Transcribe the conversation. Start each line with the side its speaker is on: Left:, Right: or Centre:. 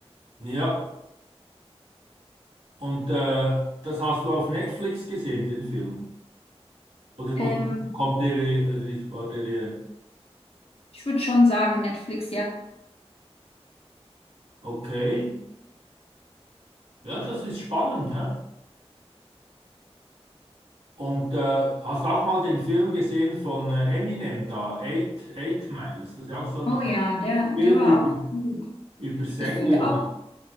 Right: Ja, und äh, das hast du auf Netflix gesehen, den Film? Oder,
Left: Ähm,
Right: oder kommt der, äh, oder ist- war der, äh,
Left: ich würde schon sagen, Netflix, ja.
Right: okay? Ja, das ist spannend, hä? Und äh, hast du auch mal den Film gesehen von äh, Eminem da, Eight, Eight Miles? Das ist ja auch so ein
Left: Oh ja, der,
Right: Film
Left: der war
Right: über,
Left: auch gut.
Right: über Sänger,
Left: Ich finde auch,
Right: oder?